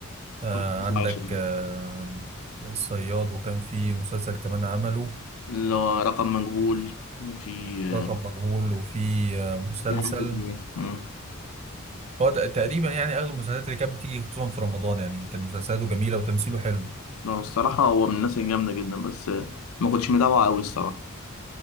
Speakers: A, on the right; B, on the left.
A: آه،
B: 25
A: عندك آه، الصياد وكان في مسلسل كمان عمله
B: اللي هو رقم مجهول وفي
A: رقم
B: آه،
A: مجهول وفي آه، مسلسل
B: في حاجات كتير آه.
A: هو تق- تقريبا يعني اغلب المسلسلات اللي كانت بتيجي خصوصا في رمضان يعني كان مسلسلاته جميله وتمثيله حلو
B: لا الصراحة هو من الناس الجامدة جدا بس آه، ما كنتش متابعه أوي الصراحة